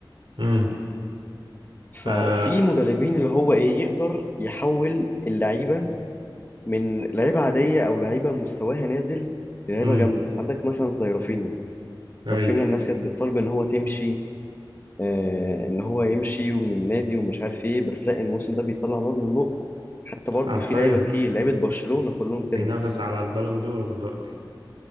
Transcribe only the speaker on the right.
امم
آه
امم
اي
حرفيا
بينافس على البالون دور دلوقتي